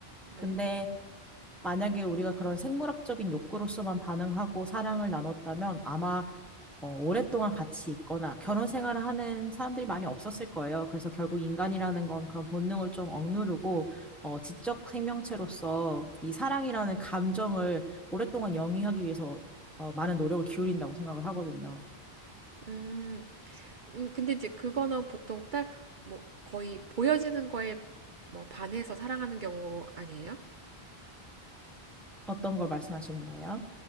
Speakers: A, on the right (about 55°); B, in the centre.
A: 네.
B: 근데 만약에 우리가 그런 생물학적인 욕구로서만 반응하고 사랑을 나눴다면 아마 어, 오랫동안 같이 있거나 결혼 생활을 하는 사람들이 많이 없었을 거예요. 그래서 결국 인간이라는 건 그런 본능을 좀 억누르고 어, 지적 생명체로서 이 사랑이라는 감정을 오랫동안 영위하기 위해서 어, 많은 노력을 기울인다고 생각을 하거든요.
A: 음, 음, 근데 이제 그거는 보통 딱, 뭐, 거의 보여지는 거에 뭐, 반해서 사랑하는 경우 아니에요?
B: 어떤 걸 말씀하시는 거예요?